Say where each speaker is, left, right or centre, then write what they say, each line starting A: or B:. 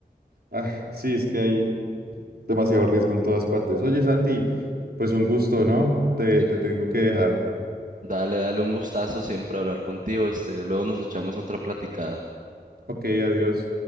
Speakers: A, on the right; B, on the right.
A: ah, sí, es que hay, demasiado riesgo en todas partes. Oye, Sati, pues un gusto, ¿no? Te,
B: sí.
A: te tengo que dejar.
B: Dale, dale un gustazo siempre hablar contigo, este, luego nos echamos otra platicada.
A: Ok, adiós.